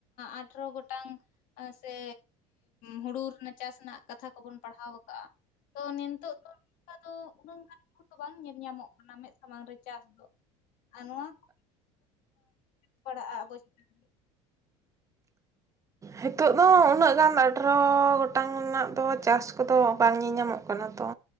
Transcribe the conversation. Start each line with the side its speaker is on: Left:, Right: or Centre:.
Left: ᱟᱴᱷᱨᱚ ᱜᱚᱴᱟᱝ ᱥᱮ ᱦᱩᱲᱩ ᱨᱮᱱᱟᱜ ᱪᱟᱥ ᱨᱮᱱᱟᱜ ᱠᱟᱛᱷᱟ ᱠᱚᱵᱚᱱ ᱯᱟᱲᱦᱟᱣ ᱟᱠᱟᱜᱼᱟ ᱛᱚ ᱱᱤᱛᱳ ᱫᱚ ᱩᱱᱠᱟ ᱫᱚ ᱩᱱᱟᱹᱜ ᱜᱟᱱ ᱠᱚᱫᱚ ᱵᱟᱝ ᱧᱮᱞ ᱧᱟᱢᱚᱜ ᱠᱟᱱᱟ ᱢᱮᱫ ᱥᱟᱢᱟᱝ ᱨᱮ ᱪᱟᱥ ᱫᱚ ᱟᱨ ᱱᱚᱣᱟ ᱠᱚ ᱯᱟᱲᱟᱜᱼᱟ ᱟᱵᱚ ᱪᱮᱛᱟᱱ ᱨᱮ
Right: ᱦᱤᱛᱚᱜ ᱫᱚ ᱩᱱᱟᱹᱜ ᱜᱟᱱ ᱟᱴᱨᱚ ᱜᱚᱴᱟᱝ ᱨᱮᱱᱟᱜ ᱫᱚ ᱪᱟᱥ ᱠᱚᱫᱚ ᱵᱟᱝ ᱧᱮᱧᱟᱢᱚᱜ ᱠᱟᱱᱟ ᱛᱚ